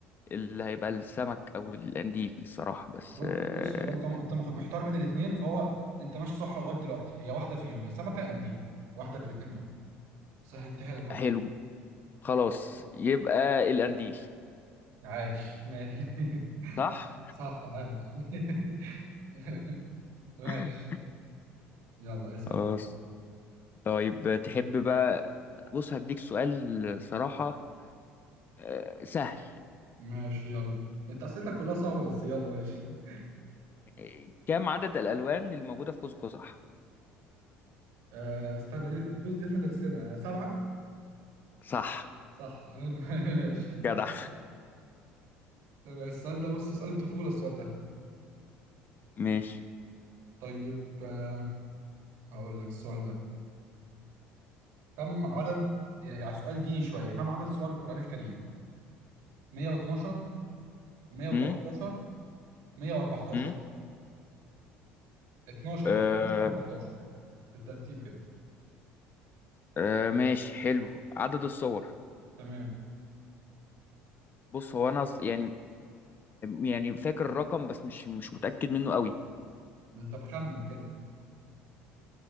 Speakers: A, on the left (about 35°); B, on the right (about 70°).
A: اللي هيبقى السمك او القنديل الصراحة بس
B: ب-
A: آه
B: بص هو أنت أنت مخ- محتار بين الاتنين فهو أنت ماشي صح لغاية دلوقتي هي واحدة فيهم يا سمكة يا إنديل واحدة في الاتنين دول سهلتها لك أهو
A: حلو خلاص يبقى القنديل
B: عاش ماشي <laughs>
A: صح
B: صح عاش <laughs> ماشي ماشي
A: <laughs>
B: يلا اسأل
A: خلاص طيب تحب بقى بص هديك سؤال صراحة آه، سهل
B: ماشي يلا انت اسئلتك كلها صعبه بس يلا ماشي <laughs>
A: آه، كم عدد الألوان اللي موجودة في قوس قزح؟
B: آه استنى دي بص دي احنا درسنا آه، سبعه
A: صح
B: صح <laughs> ماشي
A: جدع
B: طب السؤال ده بص سؤال الطفوله السؤال ده
A: <laughs> ماشي
B: طيب آه هقول لك السؤال ده كم عدد يعني سؤال ديني شويه كم عدد سور القران الكريم 112 113
A: امم
B: 114
A: امم
B: 12
A: آه
B: 13 14 بالترتيب كده
A: آه ماشي حلو عدد الصور
B: تمام
A: بص هو انا ص- يعني يعني فاكر الرقم بس مش مش متأكد منه قوي
B: انت بخمن كده